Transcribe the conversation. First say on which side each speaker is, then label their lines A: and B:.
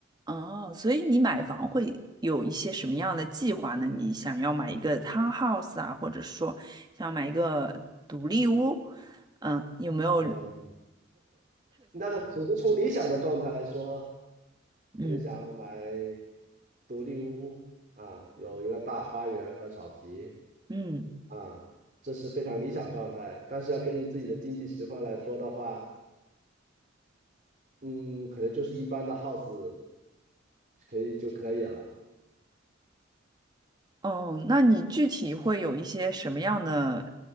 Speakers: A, on the right; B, on the right.
A: 哦，所以你买房会有一些什么样的计划呢？你想要买一个 townhouse 啊，或者是说想要买一个独立屋，嗯，有没有？
B: 嗯，那个只是从理想的状态来说，
A: 嗯
B: 可能想要买独立屋啊，有一个大花园和草皮。
A: 嗯。
B: 啊，这是非常理想状态。但是要根据自己的经济实况来说的话，嗯，可能就是一般的 house 可以就可以了，
A: 哦，那你具体会有一些什么样的